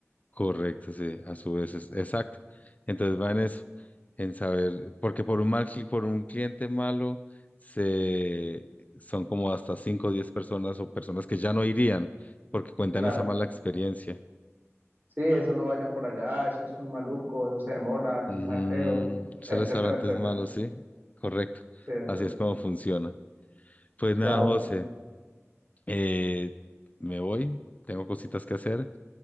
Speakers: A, on the left; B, on the right.
A: Correcto, sí, a su vez es exacto. Entonces va en eso, en saber, porque por un mal, cli- por un cliente malo, se, son como hasta 5 o 10 personas o personas que ya no irían porque cuentan
B: Claro.
A: esa mala experiencia.
B: Sí, eso no vayan por allá, eso es muy maluco, eso se demoran,
A: Ujú,
B: eso sabe feo,
A: Esos
B: etcétera,
A: restaurantes
B: etcétera.
A: malos, sí, correcto.
B: Sí, etcétera.
A: Así es como funciona. Pues
B: Claro,
A: nada, José, eh, me voy, tengo cositas que hacer,